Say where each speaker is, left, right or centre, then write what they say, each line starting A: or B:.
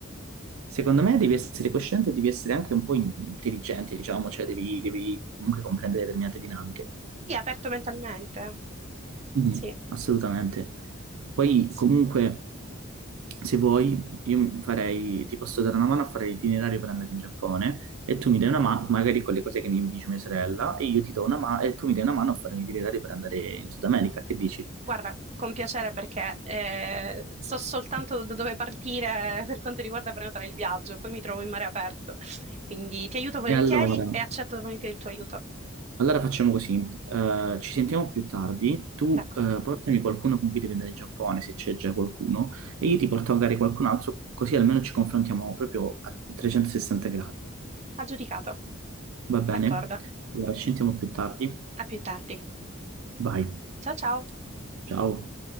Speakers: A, on the right (about 80°); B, on the right (about 30°).
A: Secondo me devi essere cosciente e devi essere anche un po' intelligente, diciamo, cioè devi, devi comunque comprendere determinate dinamiche.
B: Sì, aperto mentalmente.
A: Mhm,
B: Sì,
A: assolutamente. Poi
B: sì, sì.
A: comunque, se vuoi, io farei, ti posso dare una mano a fare l'itinerario per andare in Giappone e tu mi dai una mano, magari con le cose che mi dice mia sorella, e io ti do una mano e tu mi dai una mano a fare un itinerario per andare in Sud America, che dici?
B: Guarda, con piacere perché eh, so soltanto da dove partire per quanto riguarda prenotare il viaggio, poi mi trovo in mare aperto. Quindi ti aiuto volentieri
A: E allora?
B: e accetto volentieri il tuo aiuto.
A: Allora facciamo così, eh, ci sentiamo più tardi, tu
B: D'accordo,
A: eh, portami qualcuno con cui devi andare in Giappone, se c'è già qualcuno, e io ti porto magari qualcun altro, così almeno ci confrontiamo proprio a 360 gradi.
B: aggiudicato.
A: Va bene?
B: D'accordo.
A: Allora ci sentiamo più tardi,
B: A più tardi.
A: vai,
B: Ciao ciao.
A: ciao.